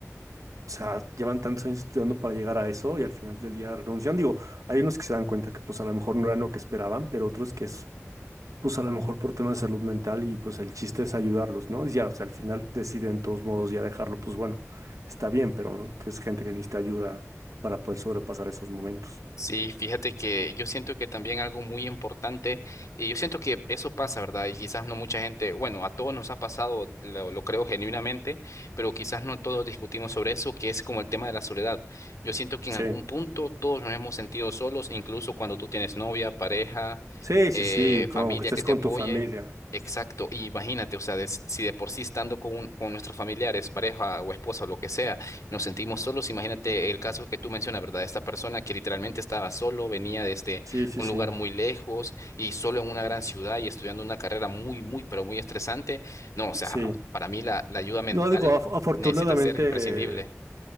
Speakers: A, on the right; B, on the left.
A: o sea, llevan tantos años estudiando para llegar a eso y al final del día renuncian. Digo, hay unos que se dan cuenta que pues a lo mejor no eran lo que esperaban, pero otros que es pues a lo mejor por temas de salud mental y pues el chiste es ayudarlos, ¿no? Y ya, o sea, al final deciden de todos modos ya dejarlo, pues bueno, está bien, pero no, es gente que necesita ayuda para poder sobrepasar esos momentos.
B: Sí, fíjate que yo siento que también algo muy importante, y yo siento que eso pasa, ¿verdad? Y quizás no mucha gente, bueno, a todos nos ha pasado, lo, lo creo genuinamente, pero quizás no todos discutimos sobre eso, que es como el tema de la soledad. Yo siento que
A: Sí,
B: en algún punto todos nos hemos sentido solos, incluso cuando tú tienes novia, pareja,
A: sí,
B: eh,
A: sí, sí, como
B: familia
A: que estés
B: que te
A: con
B: apoye.
A: tu familia.
B: Exacto, y imagínate, o sea, de- si de por sí estando con, un- con nuestros familiares, pareja o esposa o lo que sea nos sentimos solos. Imagínate el caso que tú mencionas, ¿verdad? Esta persona que literalmente estaba solo, venía desde
A: Sí, sí,
B: un
A: sí,
B: lugar muy lejos y solo en una gran ciudad y estudiando una carrera muy, muy, pero muy estresante. No, o sea,
A: sí.
B: para mí la, la ayuda mental
A: No, digo, af- afortunadamente,
B: necesita ser imprescindible.
A: eh,